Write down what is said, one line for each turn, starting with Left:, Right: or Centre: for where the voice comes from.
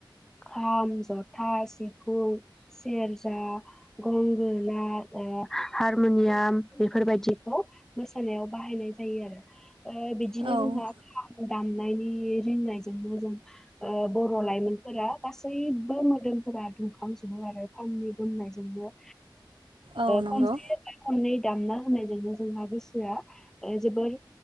Centre: खाम जथा सिफुं सेरजा गंगोना हारमुनियाम बेफोरबायदिखौ मोसानायाव बाहायनाय जायो आरो बिदिनो
Right: औ
Centre: जोंहा खाम दाम नायनि रिंनायजोंनो जों बर' लाइमोनफोरा गासैबो मोदोमफोरा दुंखांजोबो आरो खामनि गोमनायजोंनो
Right: औ नंगौ
Centre: खनसे बा खननै दाम ना यजोंनो जोंहा गोसोआ जोबोर